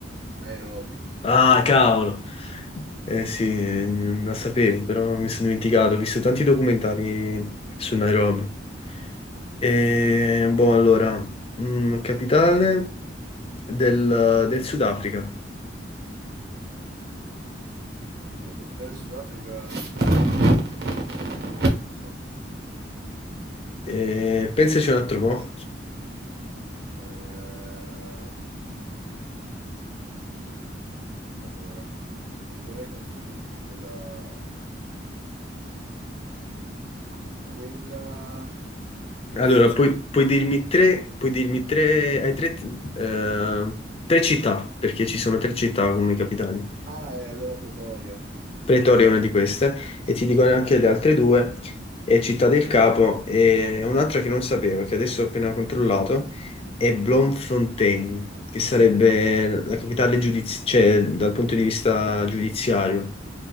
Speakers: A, on the right; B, on the left.
A: Nairobi.
B: Ah, cavolo. Eh sì, eh, la sapevo, però mi sono dimenticato. Ho visto tanti documentari su Nairobi.
A: Ah.
B: Eh, boh, allora, mm, capitale del, del Sudafrica.
A: Oddio, capitale del Sudafrica... Eh, non lo so.
B: Eh, pensaci un altro po'.
A: Eh, allora, non vorrei confondermi con quella... con quella del
B: Allora,
A: Sudan.
B: puoi, puoi dirmi tre, puoi dirmi tre, hai tre, eh, tre città, perché ci sono tre città come capitali.
A: Ah, è allora Pretoria.
B: Pretoria è una di queste, e ti dico anche le altre due, è Città del Capo e un'altra che non sapevo, che adesso ho appena controllato, è Bloemfontein, che sarebbe la capitale giudiz- cioè, dal punto di vista giudiziario.